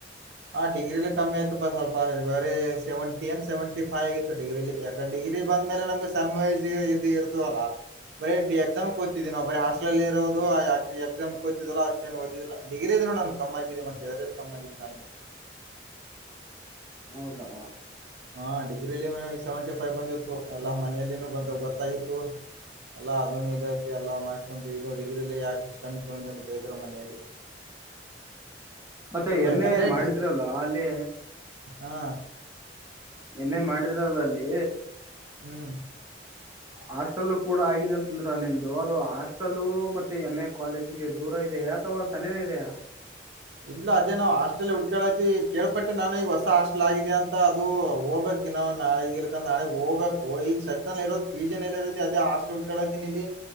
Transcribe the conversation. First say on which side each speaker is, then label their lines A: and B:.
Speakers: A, on the right; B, on the right.
A: ಹ ಡಿಗ್ರಿಲೆ ಕಮ್ಮಿ ಆಯಿತ್ಪಾ ಸ್ವಲ್ಪ ಬರೆ ಸೆವೆಂಟಿ ಏನ್ ಸೆವೆಂಟಿ ಫೈ ಆಗಿತ್ತು ಡಿಗ್ರಿಲಿ ಯಾಕ್ ಡಿಗ್ರಿ ಬಂದ ಮೇಲೆ ನಮ್ಗ ಸನ್ <unintelligible> ಇದ್ದ ಇರತ್ ತಿವಲ್ಲ ಬರೆ ಡಿ ಎಕ್ಸಾಮ್ ಹೋತಿದೇವ ನಾವು ಬರೆ ಹಾಸ್ಟಲ್ ಅಲ್ಲಿ ಇರೋದು ಆ ಎಕ್ಸಾಮ್ <unintelligible> ಅಷ್ಟೇನ ಓದಿದಿಲ್ಲ ಡಿಗ್ರಿದ್ ನೋಡ್ ನನ್ ಕಮ್ಮ ಆಗಿದೆ ಮತ್ತ ಎದ್ರಲ್ಲಿ ಕಮ್ಮಿ ಆಗಿದ್ದ ನಂದ
B: ಹೌದಾ
A: ಹಾ ಡಿಗ್ರಿಲೆ ಸೆವೆಂಟಿ ಫೈವ್ ಬಂದಿತ್ತು ಎಲ್ಲ ಮನೆಯಲ್ಲಿನು ಗೊತ್ ಗೊತ್ತಾಗಿತ್ತು. ಅಲ್ಲ ಅದುನು ಇದು ಐತು ಎಲ್ಲಾ ಮಾರ್ಕ್ಸ್ ಅಂತು ಇದು ಡಿಗ್ರಿಲಿ ಯಾಕಿಷ್ಟು ಕಮ್ಮಿ ತೊಂಡಿ ಅಂತ ಬೈದ್ರು ಮನೇಲಿ.
B: ಮತ್ತೆ ಏಮ್
A: ಯಾಕಂದ್ರೆ
B: ಎ ಮಾಡಿದ್ರಲ್ಲ
A: ಡಿ
B: ಅಲ್ಲಿ
A: ಹಾ
B: ನೆನ್ನೆ ಮಾಡಿದ್ರಲ್ಲ ಅಲ್ಲಿ.
A: ಹ್ಮ್
B: ಹಾಸ್ಟೆಲ್ ಕೂಡ ಆಗಿದೆ ಅಂತಂದ್ರೆಲ್ಲಿ ನಿಮ್ದು ಅದು ಹಾಸ್ಟೆಲ್ಲ ಮತ್ತೆ ಎಮ್ ಎ ಕಾಲೇಜ್ಗೆ ದೂರ ಇದಿಯಾ.. ಅಥವಾ ಚೆನ್ನಾಗಿಯಿದಿಯ.
A: ಇಲ್ಲ ಅದೇ ನಾವು ಹಾಸ್ಟೆಲ್ ಹುಡ್ಕಳೈತಿವಿ ಕೇಳಳ್ಪಟ್ಟೆ ನಾನು ಈಗ ಹೊಸ ಹಾಸ್ಟೆಲ್ ಆಗಿದೆ ಅಂತ ಅದು ಹೋಗಬೇಕ್. ನಾಳೆಗ ಇಲ್ಕ ನಾಳಗ್ ಹೋಗ್ಬೇಕು ಈಗ ಸದ್ಯ ಇರೋದ ಪೀಜಲ್ಲಿ ಇರೋತಿ ಅದೇ ಹಾಸ್ಟೆಲ್ ಉಳ್ಕೊಂಡಿದೀಯ ಇಲ್ಲಿ.